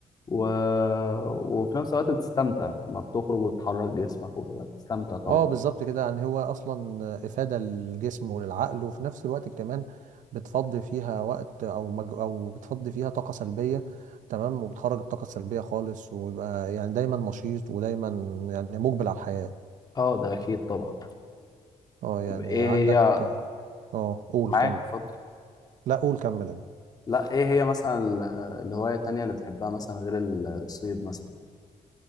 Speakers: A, on the left; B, on the right.
A: و... وفي نفس الوقت بتستمتع لما بتخرج وتحرك جسمك وكده بتستمتع طبعا
B: اه بالظبط كده يعني هو اصلا افادة للجسم وللعقل وفي نفس الوقت كمان بتفضي فيها وقت او مج... او بتفضي فيها طاقة سلبية تمام وبتخرج الطاقة السلبية خالص ويبقى يعني دايما نشيط ودايما يعني مقبل على الحياة
A: اه ده اكيد طبعا
B: اه يعني
A: طب ايه
B: عندك
A: هي
B: اه قول
A: معاك
B: كمل
A: اتفضل
B: لا قول كمل انت
A: لا ايه هي مثلا ال- الهوايه التانية اللي بتحبها مثلا غير الصيد مثلا